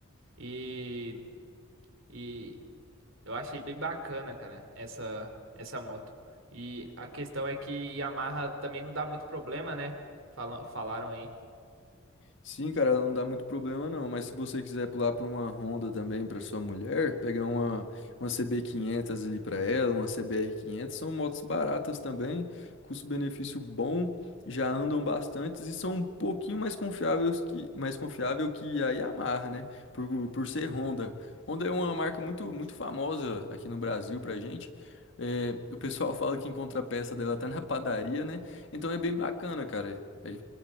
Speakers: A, on the right; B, on the left.
A: E, e eu achei bem bacana, cara, essa, essa moto. E a questão é que Yamaha também não dá muito problema, né? Falam, falaram aí.
B: Sim, cara, ela não dá muito problema não, mas se você quiser pular para uma Honda também para sua mulher, pegar uma, uma CB500 ali para ela, uma CBR500, são motos baratas também, custo-benefício bom, já andam bastantes e são um pouquinho mais confiáveis que mais confiável que a Yamaha, né? Por, por ser Honda. Honda é uma marca muito muito famosa aqui no Brasil pra gente. É, o pessoal fala que encontra a peça dela até na padaria, né? Então é bem bacana, cara. É,